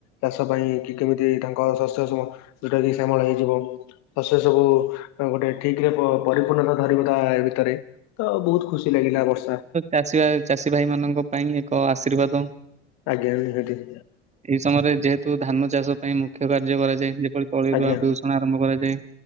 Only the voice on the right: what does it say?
ଚାଷୀଭାଇ ଚାଷୀ ଭାଇ ମାନଙ୍କ ପାଇଁ ଏକ ଆଶୀର୍ବାଦ।
ଏଇ ସମୟରେ ଯେହେତୁ ଧାନ ଚାଷ ପାଇଁ ମୁଖ୍ୟ କାର୍ଯ୍ୟ କରାଯାଏ। ଯେପ ତଳି
ରୁଆ ବିଷଣ ଆରମ୍ଭ କରାଯାଏ।